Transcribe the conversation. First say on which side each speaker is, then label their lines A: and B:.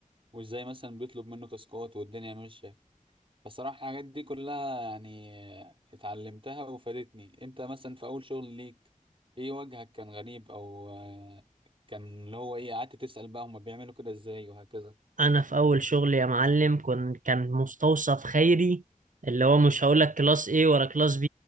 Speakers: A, on the right; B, on the right.
A: وازاي مثلا بيطلب منه تاسكات والدنيا ماشية بصراحة الحاجات دي كلها يعني آه، اتعلمتها وفادتني انت مثلا في اول شغل ليك ايه وجهك كان غريب او آه، كان اللي هو ايه قعدت تسأل بقى هما بيعملوا كده ازاي وهكذا
B: انا في اول شغل يا معلم كن كان مستوصف خيري اللي هو مش هقول لك كلاس A ولا كلاس B